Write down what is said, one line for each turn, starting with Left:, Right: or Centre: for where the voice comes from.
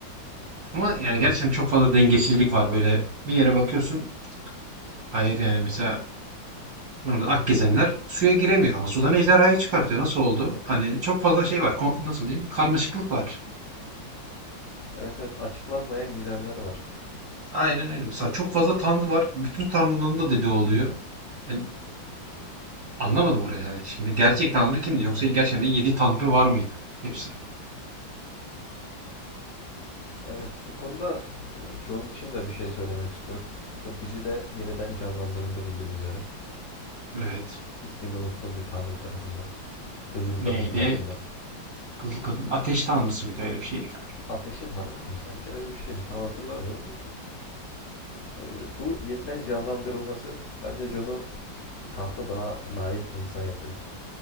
Right: Ama
Left: Katılıyorum.
Right: yani gerçekten çok fazla dengesizlik var böyle. Bir yere bakıyorsun. Hayır yani mesela orada Akgezenler suya giremiyor ama sudan ejderhayı çıkartıyor. Nasıl oldu? Hani çok fazla şey var. Ko- Nasıl diyeyim? Karmaşıklık var.
Left: Evet evet açıklanmayan gizemleri var.
Right: Aynen öyle. Mesela çok fazla tanrı var. Bütün tanrılığın da dediği oluyor. Yani anlamadım orayı yani. Şimdi gerçek tanrı kimdi? Yoksa gerçekten de yedi tanrı var mıydı? Hepsi.
Left: Evet, bu konuda e, John için de bir şey söylemek istiyorum. Bu dizi de yeniden canlandırıldı bildiğin üzere. E,
Right: Evet.
Left: ismini unuttuğum bir tanrı tarafından. Kızıl
Right: Neydi?
Left: Kadın tarafından.
Right: Kızıl kadın ateş tanrısı mıydı? Öyle bir şeydi galiba.
Left: Ateşin Hanımı mı? Sanki öyle bir şeydi. Tam hatırlamıyorum da. E, bu yeniden canlandırılması bence John'u tahta daha layık bir insan yapıyor.